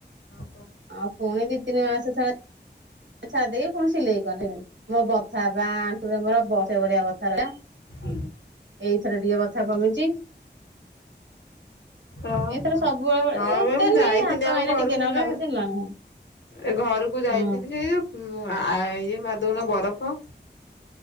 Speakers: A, on the left (about 85°); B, on the right (about 90°).
A: <unintelligible>
B: ଆଉ ପୁଣି ଦି ତିନି ମାସେ ଛାଡି, ଛାଡିଦେଇକି ପୁଣି ସିଲେଇ କଲେ ମୋ ବଥା ବା ଆଣ୍ଠୁରେ ମୋର ବର୍ଷେ ବଳିଆ ବଥା ରହିଲା।
A: ହୁଁ
B: ଏଥର ଟିକେ ବଥା କମିଛି।
A: ଓହୋ
B: ଏଥର ସବୁବେଳେ
A: ହଁ
B: ଏ ଏତେ
A: ବେ ମୁଁ
B: ନୁହେଁ
A: ଯାଇଥିଲି
B: ହାତ
A: ଆମ
B: ମାଇଲେ
A: ଘରକୁ
B: ଟିକେନାକୁ
A: ଯେ
B: ଲାଗୁଛି
A: ଏ
B: ନହେଲେ ନାହିଁ
A: ଘରକୁ ଯାଇଥିଲି
B: ହଁ
A: ସେ ଯୋଉ ହୁଁ ଆ ଏ ମାରିଦଉନ ବରଫ।